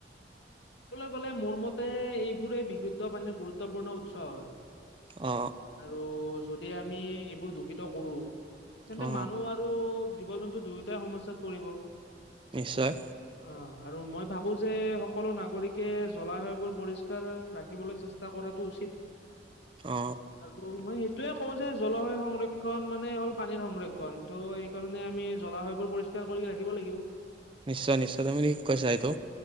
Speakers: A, on the left; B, on the right.
A: কলে মোৰ মতে এইবোৰে বিশুদ্ধ পানীৰ গুৰুত্বপূৰ্ণ উৎস হয়
B: অ
A: আৰু যদি আমি এইবোৰ দূষিত কৰো তেন্তে
B: অ
A: মানুহ আৰু জীৱ জন্তু দুয়োটাই সমস্যাত পৰিব অ
B: নিশ্চয়
A: আৰু মই ভাবো যে সকলো নাগৰিকে জলাশয়বোৰ পৰিষ্কাৰ ৰাখিবলৈ চেষ্টা কৰাটো উচিত স্কিপ
B: অ
A: আৰু মই সেইটোয়ে কও যে জলবায়ু সংৰক্ষণ মানে হ'ল পানীৰ সংৰক্ষণ ত' সেইকাৰণে আমি জ্বলা হয়বোৰ পৰিষ্কাৰ কৰি ৰাখিব লাগিব
B: নিশ্চয় নিশ্চয় তুমি ঠিক কৈছা এইটো